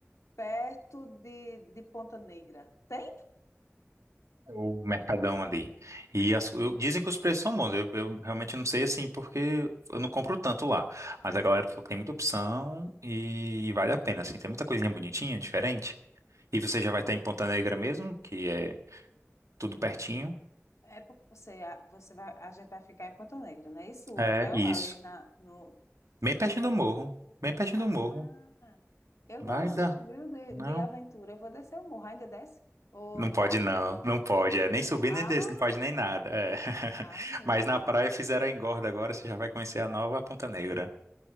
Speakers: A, on the left; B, on the right.
A: perto de, de Ponta Negra. Tem?
B: O mercadão ali. E as- eu- dizem que os preços são bons. Eu, eu realmente não sei assim, porque eu não compro tanto lá. Mas a galera falou que tem muita opção e, vale a pena, assim. Tem muita coisinha bonitinha, diferente. E você já vai estar em Ponta Negra mesmo, que é tudo pertinho.
A: É porque você, a- você vai, a gente vai ficar em Ponta Negra, não é isso? O
B: É,
A: hotel
B: isso.
A: ali na, no.
B: Bem pertinho
A: Como
B: do
A: é o
B: morro.
A: nome?
B: Bem pertinho
A: Ah,
B: do morro.
A: eu
B: Vai
A: gosto,
B: dar.
A: viu, de,
B: Não.
A: de aventura. Eu vou descer o morro, ainda desce? Ou
B: Não pode
A: tá proibido?
B: não, não pode, é, nem subir
A: Ah,
B: nem descer, não pode nem nada, é. <laughs>
A: ah, meu
B: Mas
A: Deus.
B: na praia fizeram a engorda agora, você já vai conhecer a nova Ponta Negra.